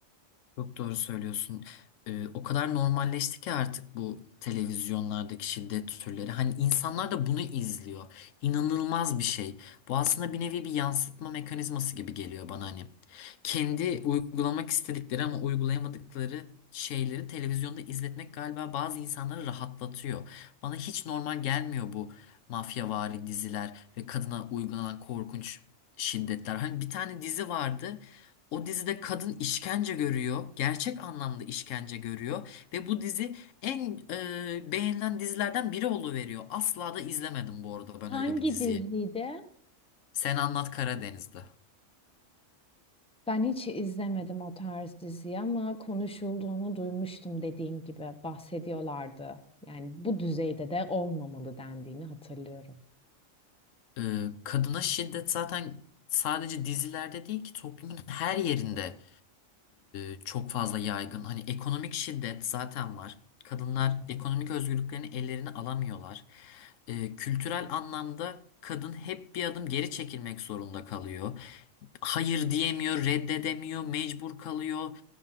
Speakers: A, on the left (about 80°); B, in the centre.
A: Çok doğru söylüyorsun. Ee, o kadar normalleşti ki artık bu televizyonlardaki şiddet türleri. Hani insanlar da bunu izliyor. İnanılmaz bir şey. Bu aslında bir nevi bir yansıtma mekanizması gibi geliyor bana hani. Kendi uygulamak istedikleri ama uygulayamadıkları şeyleri televizyonda izletmek galiba bazı insanları rahatlatıyor. Bana hiç normal gelmiyor bu mafyavari diziler ve kadına uygulanan korkunç şiddetler. Hani bir tane dizi vardı. O dizide kadın işkence görüyor. Gerçek anlamda işkence görüyor. Ve bu dizi en e, beğenilen dizilerden biri oluveriyor. Asla da izlemedim bu arada ben
B: Hangi
A: öyle bir diziyi.
B: diziydi?
A: Sen Anlat Karadeniz'de.
B: Ben hiç izlemedim o tarz diziyi ama konuşulduğunu duymuştum dediğin gibi bahsediyorlardı. Yani bu düzeyde de olmamalı dendiğini hatırlıyorum.
A: E, kadına şiddet zaten sadece dizilerde değil ki toplumun her yerinde e, çok fazla yaygın. Hani ekonomik şiddet zaten var. Kadınlar ekonomik özgürlüklerini ellerine alamıyorlar. E, kültürel anlamda kadın hep bir adım geri çekilmek zorunda kalıyor. hayır diyemiyor, reddedemiyor, mecbur kalıyor.